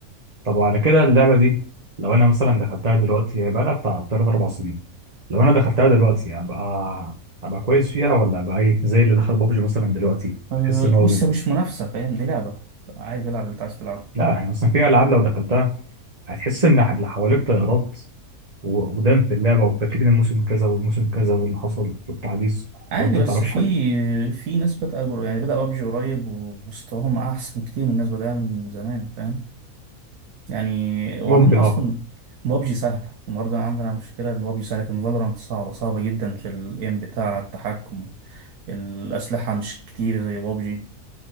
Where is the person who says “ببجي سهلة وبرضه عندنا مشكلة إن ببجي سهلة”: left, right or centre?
Right